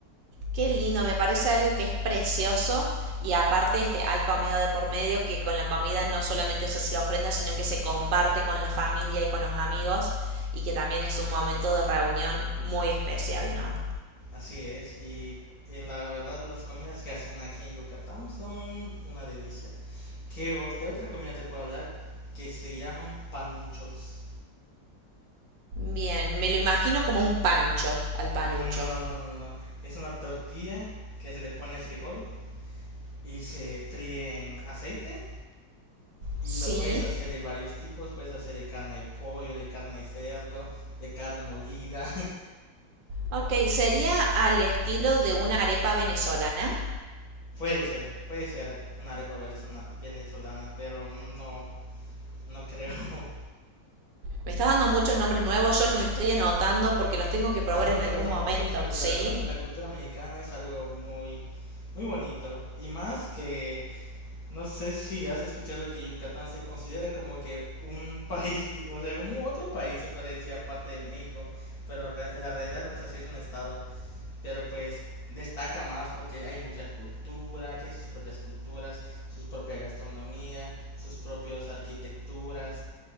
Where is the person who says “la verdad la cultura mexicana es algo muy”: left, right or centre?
Left